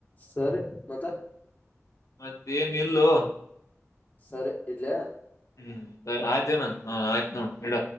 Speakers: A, on the left; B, on the left.
A: ಸರಿ ಮತ್ತ
B: ಮತ್ ಏನ್ ಇಲ್ಲೋ.
A: ಸರಿ ಇಡ್ಲಿಯಾ.
B: ಹ್ಮ್ ಸರಿ ಆಯ್ತೇನಾ ಹಾ ಆಯ್ತು ನೋ ಇಡ